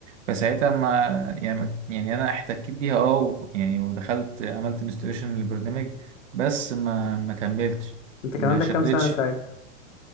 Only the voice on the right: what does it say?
فساعتها ما يعني ما- يعني انا احتكيت بيها اه و- يعني ودخلت عملت انستليشن للبرنامج بس ما ما كملتش
ما
شدتش